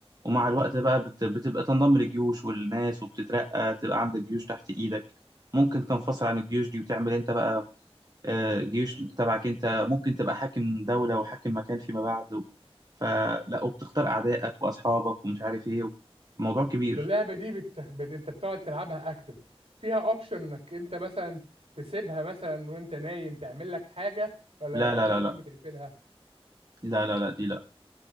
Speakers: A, on the right; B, on the right.
A: ومع الوقت بقى بت- بتبقى تنضم لجيوش والناس وبتترقى تبقى عندك جيوش تحت ايدك ممكن تنفصل عن الجيوش دي وتعمل انت بقى آه، جيوش تبعك انت ممكن تبقى حاكم دولة وحاكم مكان فيما بعد و- فلا وبتختار اعدائك واصحابك ومش عارف ايه موضوع كبير
B: باللعبة دي بت... بت... انت بتقعد تلعبها اكتف فيها اوبشن انك انت مثلا تسيبها مثلا وانت نايم تعمل لك حاجة ولا
A: لا
B: لما بتيجي
A: لا لا
B: تنام
A: لا
B: بتقفلها
A: لا لا لا دي لا